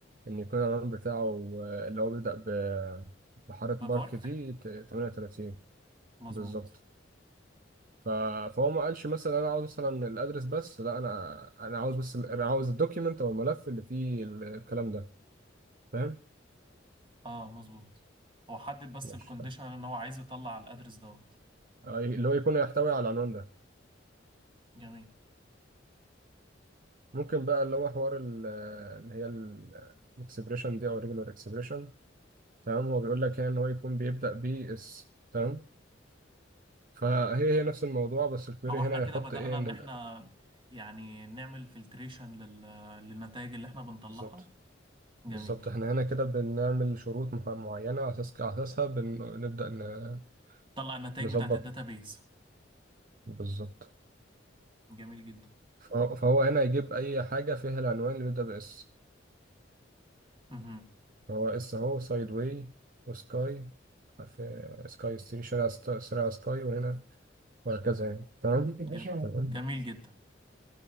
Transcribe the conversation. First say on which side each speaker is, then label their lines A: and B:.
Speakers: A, on the right; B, on the right.
A: ان يكون العنوان بتاعه آه، اللي هو بيبدا ب- بحاره
B: ببارك
A: بارك دي ت- 38
B: مظبوط
A: بالظبط ف- فهو ما قالش مثلا انا عاوز مثلا الادرس بس لا انا انا عاوز بس ال- انا عاوز الدوكيمنت او الملف اللي فيه ال- الكلام ده فاهم
B: اه مظبوط هو حدد بس
A: ماشي
B: الكونديشن
A: طيب.
B: ان هو عايز يطلع الادرس دوت
A: آه، اللي هو يكون يحتوي على العنوان ده
B: جميل
A: ممكن بقى اللي هو حوار ال- اللي هي الاكسبريشن دي او ريجولار اكسبريشن تمام هو بيقول لك هنا ان هو يكون بيبدا بي اس تمام فهي هي نفس الموضوع بس الكويري
B: هو احنا
A: هنا
B: كده
A: يحط
B: بدأنا
A: ايه ان
B: ان احنا
A: ال-
B: يعني نعمل فلتريشن لل... للنتائج اللي احنا بنطلعها
A: بالظبط
B: جميل
A: بالظبط احنا هنا كده بنعمل شروط مح- معينة على اساس على اساسها بنبدأ ن-
B: طلع النتائج
A: نظبط
B: بتاعت الداتابيز
A: بالظبط
B: جميل
A: فهو فهو هنا يجيب اي حاجة فيها العنوان اللي بيبدأ باس
B: جدا
A: فهو اس اهو سايد واي وسكاي في سكاي ستري شارع ست- شارع سكاي وهنا وهكذا يعني تمام تمام
B: جم... جميل جدا